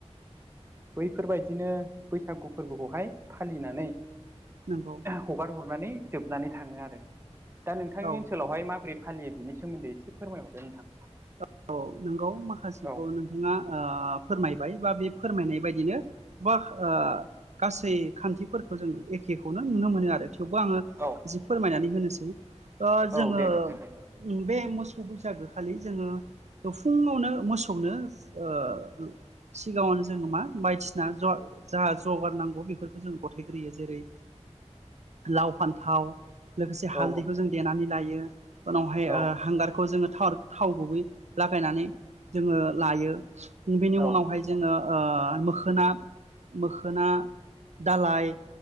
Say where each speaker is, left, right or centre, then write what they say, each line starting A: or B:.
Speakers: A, on the right; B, on the right.
A: बैफोरबायदिनो बैसागु फोरबोखौहाय फालिनानै
B: नोंगौ।
A: हगार हरनानै जोबनानै थाङो आरो दा नोंथांनि
B: औ
A: ओनसोलावहाय मा बोरै फालियो बिनि सोमोन्दै एसे फोरमायहरदो नोंथां
B: औ औ नोंगौ माखासेखौ
A: औ
B: नोंथाङा ओ फोरमायबाय बा बे फोरमायनाय बायदिनो बा ओ गासै खान्थिफोरखौ जोङो एखेखौनो नुनो मोनो आरो। थेवबो आङो
A: औ
B: जि फोरमायनानै होनोसै ओ
A: औ
B: जोङो
A: दे नोंथां दे
B: बे मोसौ बैसागो खालि जोङो फुङावनो मोसौनो ओ सिगाङावनो जोङो मा बायदिसिना ज' जाहा जगार नांगौ बेफोरखौ जों गथायग्रोयो जेरै लाव फान्थाव। लोगोसे हालदैखौ
A: औ
B: जों देनानै लायो उनावहाय
A: औ
B: ओ हांगारखौ जोङो थाव गुबै लागायनानै जोङो लायो बेनि
A: औ
B: उनावहाय जोङो ओ मोखोना मोखोना दालाय